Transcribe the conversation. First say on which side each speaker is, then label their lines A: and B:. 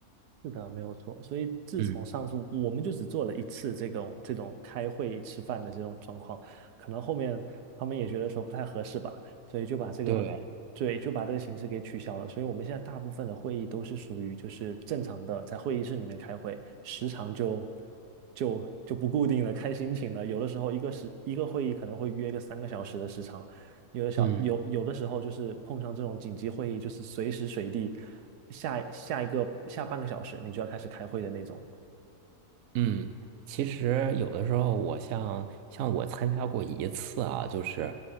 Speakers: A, on the right (about 85°); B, on the right (about 70°).
A: 是的，没有错。所以自从上次我们就只做了一次这种这种开会吃饭的这种状况，
B: 嗯，
A: 可能后面他们也觉得说不太合适吧，所以就把这个对就把这个形式给取消了。
B: 对，
A: 所以我们现在大部分的会议都是属于就是正常的在会议室里面开会，时长就就就不固定了，看心情了。有的时候一个时一个会议可能会约个三个小时的时长，有的小有有的时候就是碰上这种紧急会议，
B: 嗯。
A: 就是随时随地下下一个下半个小时你就要开始开会的那种。
B: 嗯，其实有的时候，我像像我参加过一次啊，就是